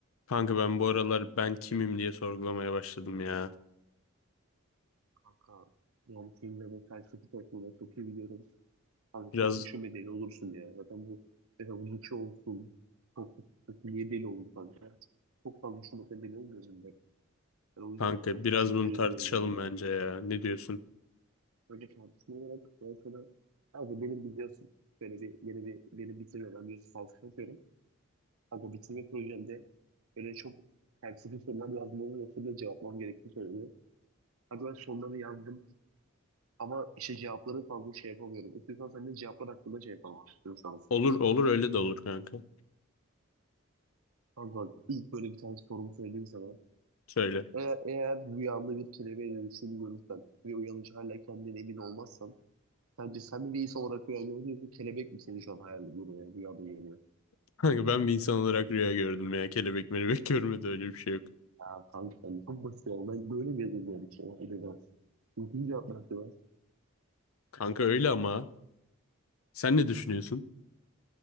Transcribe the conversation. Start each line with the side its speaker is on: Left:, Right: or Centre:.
Left: Kanka ben bu aralar ben kimim diye sorgulamaya başladım ya.
Right: Kanka yani senin de bu felsefi topluluğunu çok iyi biliyorum. Kanka
Left: Biraz
Right: çok düşünmeden olursun ya. Zaten bu mesela bunun içi olsun. Çok, <laughs> çok, çok niye deli oldu kanka? Çok fazla düşünmekten deli olmuyorum ben. Ben o yüzden
Left: kanka
Right: çok
Left: biraz
Right: düşünmeden
Left: bunu tartışalım
Right: oluyorum ya.
Left: bence ya. Ne diyorsun?
Right: Önce tartışma olarak ben sana kanka benim biliyorsun böyle bir yeni bir benim bitirme ben biliyorsun felsefe yapıyorum. Kanka bitirme projemde böyle çok felsefi sorular yazmamı ve soruları cevaplamam gerektiğini söyledi. Kanka ben soruları yazdım. Ama işte cevapları fazla şey yapamıyorum. İstiyorsan sen de cevaplar hakkında şey yapalım istiyorsan.
Left: Olur olur öyle de olur kanka.
Right: Kanka bak ilk böyle bir tane sorumu söyleyeyim sana.
Left: Söyle.
Right: Eğer, eğer rüyanda bir kelebeğe dönüştüğünü görürsen ve uyanınca hala kendine emin olmazsan sence sen mi bir insan olarak rüya gördün yoksa kelebek mi seni şu an hayal görüyor, rüyada görüyor?
Left: <laughs> Kanka ben bir insan olarak rüya gördüm ya. Kelebek melebek <laughs> görmedi öyle bir şey yok.
Right: Ya kanka sen de çok basit ya. Ben böyle mi yazılmıyorum işte? Hadi be. İkinci cevap nasıl var?
Left: Kanka öyle ama sen ne düşünüyorsun?